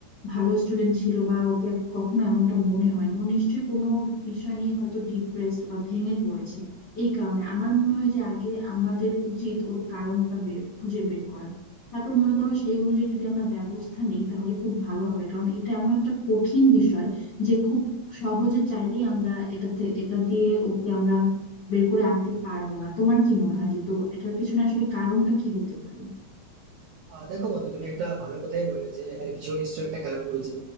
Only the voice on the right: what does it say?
আহ দেখো বন্ধু তুমি একটা ভালো কথাই বললে যে এর পিছনে নিশ্চয়ই একটা কারণ রয়েছে